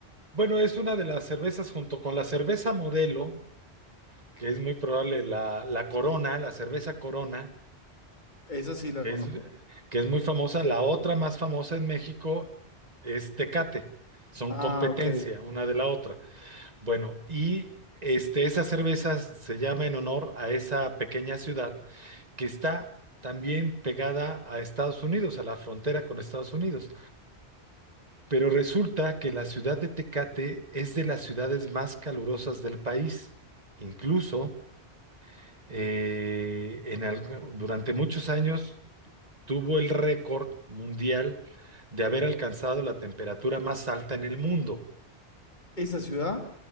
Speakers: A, on the right (about 40°); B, on the left (about 45°).
A: bueno, es una de las cervezas junto con la cerveza modelo. que es muy probable la, la Corona, la cerveza Corona,
B: Esa sí la
A: que
B: conozco.
A: es, que es muy famosa. La otra más famosa en México es Tecate. Son
B: Ah,
A: competencia
B: ok.
A: una de la otra. Bueno, y este, esa cerveza se llama en honor a esa pequeña ciudad que está también pegada a Estados Unidos, a la frontera con Estados Unidos. Pero resulta que la ciudad de Tecate es de las ciudades más calurosas del país. Incluso eh, en al- durante muchos años tuvo el récord mundial de haber alcanzado la temperatura más alta en el mundo,
B: ¿Esa ciudad?